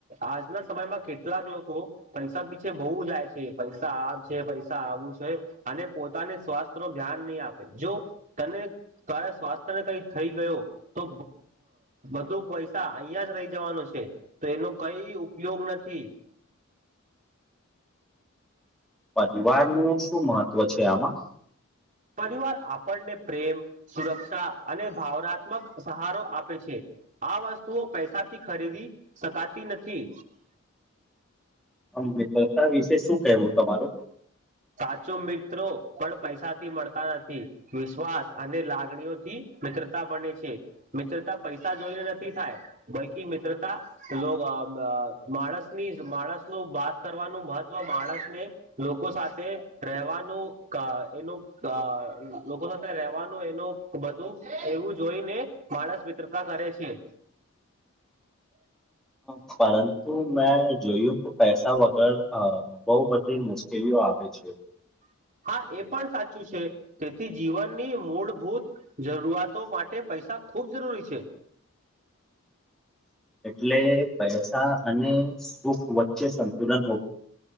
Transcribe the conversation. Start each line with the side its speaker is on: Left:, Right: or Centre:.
Right: આજના સમયમાં કેટલાક લોકો પૈસા પીછે બઉ જાય છે પૈસા આ છે પૈસા આવું છે અને પોતાની સ્વાસ્થ્ય નું ધ્યાન નહીં આપે જો તને તારે સ્વાસ્થ્યને કઈ થઈ ગયો તો બધું પૈસા અહિયાં જ રહી જવાનો છે. તો એનો કઈ ઉપયોગ નથી.
Centre: પરિવાર નું શું મહત્વ છે આમાં
Right: પરિવાર આપણને પ્રેમ સુરક્ષા અને ભાવનાત્મક સહારો આપે છે. આ વસ્તુઓ પૈસાથી ખરીદી શકાતી નથી.
Centre: આમ મિત્રતા વિશે શું કહેવું તમારું?
Right: સાચો મિત્રો પણ પૈસાથી મળતા નથી વિશ્વાસ અને લાગણીઓથી મિત્રતા બને છે મિત્રતા પૈસા જોઈને નથી થાય બૈકી મિત્રતા લો અમ માણસની માણસનું બાત કરવાનું મહત્વ માણસને લોકો સા તે રહેવાનું ક એનું લોકો સાથે રહેવાનું એનું બધું એવું જોઈને માણસ મિત્રતા કરે છે.
Centre: પરંતુ મેં જોયું કે પૈસા વગર અ બઉ બધી મુશ્કેલીઓ આવ વે છે.
Right: હા એ પણ સાચું છે તેથી જીવનની મૂળભૂત જ શઆતો માટે પૈસા ખૂબ જરૂરી છે.
Centre: એટલે પૈસા અને સુખ વચ્ચે સંંતુલન